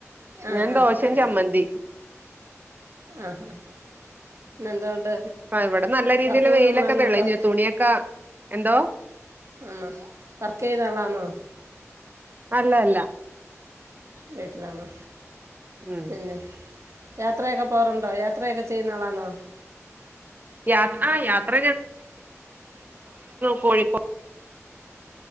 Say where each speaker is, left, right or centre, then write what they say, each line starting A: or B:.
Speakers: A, on the right (about 65°); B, on the right (about 35°).
A: ആഹ്
B: ഞാൻ
A: ആഹ്
B: ദോശയും
A: അറിയ
B: ചമ്മന്തി
A: ആഹ്. പിന്നെ എന്തോ ഉണ്ട്?
B: ആ ഇവിടെ നല്ല രീതിയിൽ
A: വർക്കിങ്ങ്
B: വെയിലൊക്കെ
A: വുമൺ ആന്നോ?
B: തെളിഞ്ഞു
A: വർക്ക്
B: തുണിയൊക്കെ എന്തോ
A: ആന്നോ? വർക്ക് ചെയ്ത ആളാന്നോ?
B: അല്ലല്ല.
A: വീട്ടിലാണോ?
B: ഉം
A: പിന്നെ യാത്രയൊക്കെ പോകാറുണ്ടോ? യാത്രയൊക്കെ ചെയ്യുന്ന ആളാന്നോ?
B: യാ ആ യാത്ര കോഴിക്കോ